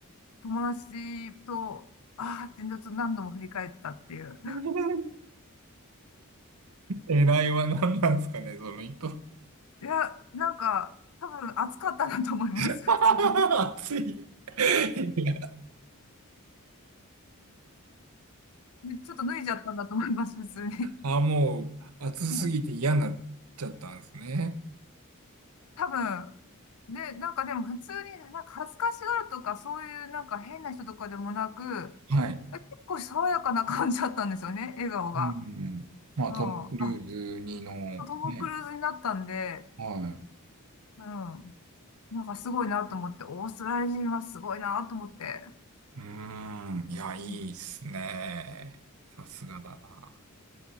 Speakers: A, on the left (about 80°); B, on the right (about 90°).
A: 友達と、あーってちょっと何度も振り返ったっていう。
B: <laughs> 狙いは何なんですかね、その糸。
A: いや、なんか、多分暑かったなと思います、
B: <laughs>
A: 普通に。
B: 熱い。いや
A: でちょっと脱いじゃったんだと思います、普通に。
B: あ、もう、熱すぎて嫌になっちゃったんですね。
A: うん。多分、で、なんかでも普通になんか恥ずかしがるとか、そういうなんか変な人とかでもなく、
B: はい。
A: 結構爽やかな感じだったんですよね、<laughs> 笑顔が。
B: うん。まあ、
A: うん。
B: トム・
A: あ、
B: クルーズ2の、
A: トム・
B: ね。
A: クルーズになったんで、
B: は
A: うん。なんかすごいなと思って、オーストラリア人はすごいなと思って。
B: い。うーん。いや、いいっすね。
A: うん
B: さすがだな。